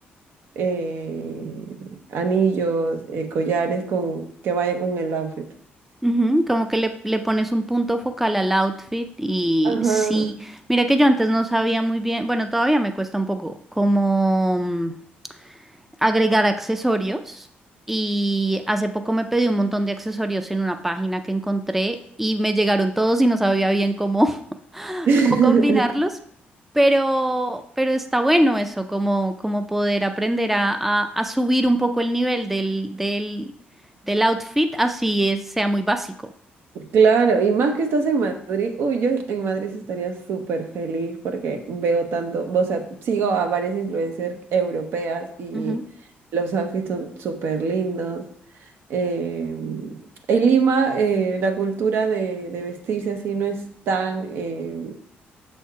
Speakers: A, on the right; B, in the centre.
A: eh, anillos, eh, collares con, que vayan con el outfit.
B: ujú, Como que le, le pones un punto focal al outfit y
A: Ajá.
B: sí, mira que yo antes no sabía muy bien, bueno, todavía me cuesta un poco como mm, agregar accesorios y hace poco me pedí un montón de accesorios en una página que encontré y me llegaron todos y no sabía bien cómo, <laughs>
A: <laughs>
B: cómo combinarlos. Pero, pero está bueno eso, como, como poder aprender a, a- a subir un poco el nivel del, del, del outfit, así es, sea muy básico.
A: Claro, y más que estás en Madrid, uy, yo en Madrid sí estaría súper feliz porque veo tanto, o sea, sigo a varias influencers europeas y
B: Ujú.
A: los outfits son súper lindos. Eh, en Lima, eh, la cultura de, de vestirse así no es tan, eh,